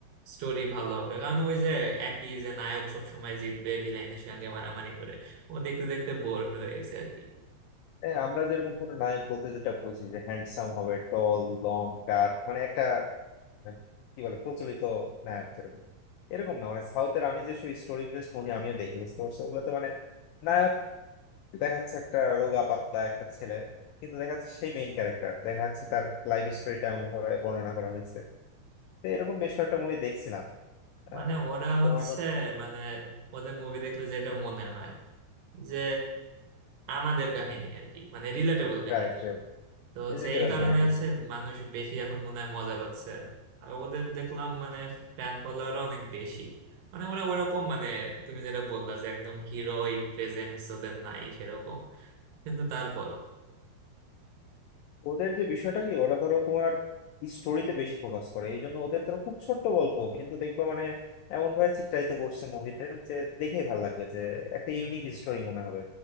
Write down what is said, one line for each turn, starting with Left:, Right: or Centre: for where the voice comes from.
Right: স্টোরি ভালো হবে কারণ ওই যে একই যে নায়ক সব সময় জিতবে ভিলেনের সঙ্গে মারামারি করে ও দেখতে দেখতে বোর্ড হয়ে গেছে আর কি
Left: এ, আমরা যেরকম ধরো নায়ক বলতে যেটা বুঝি যে হ্যান্ডসাম হবে টল লং ডার্ক মানে একটা মানে, কি বলে প্রচলিত নায়ক যেরকম এরকম না মানে সাউথের আমি যে স্টোরি বেসড মুভি আমিও দেখি বুঝতে পারছো ওগুলোতে মানে নায়ক দেখা যাচ্ছে একটা রোগা পাতলা একটা ছেলে কিন্তু দেখা যাচ্ছে সেই মেইন ক্যারেক্টার দেখা যাচ্ছে তার লাইফ স্টোরিটা এমন ভাবে বর্ণনা করা হয়েছে তো এরকম বেশ কয়েকটা মুভি দেখছিলাম আহ,
Right: মানে ওরা
Left: তোমার
Right: হচ্ছে মানে ওদের মুভি দেখলে যেটা মনে হয় যে আমাদের কাহিনী আর কি মানে রিলেটেবল কাহিনী
Left: Right right
Right: তো হচ্ছে
Left: এডিটেবল
Right: এই কারণে
Left: কাহিনী
Right: হচ্ছে মানুষ বেশি এখন মনে হয় মজা পাচ্ছে আর ওদের দেখলাম মানে ফ্যান ফলোয়ার অনেক বেশি মানে ওরা ওরকম মানে তুমি যেটা বললা যে একদম হিরোইক প্রেজেন্স ওদের নাই সেরকম কিন্তু তারপরও
Left: ওদের যে বিষয়টা কি ওরা ধরো তোমার স্টোরিতে বেশি ফোকাস করে এই জন্য ওদের ধরো খুব ছোট্ট গল্প কিন্তু দেখবা মানে এমন ভাবে চিত্রায়িত করছে মুভিতে যে দেখেই ভালো লাগবে যে একটা ইউনিক স্টোরি মনে হবে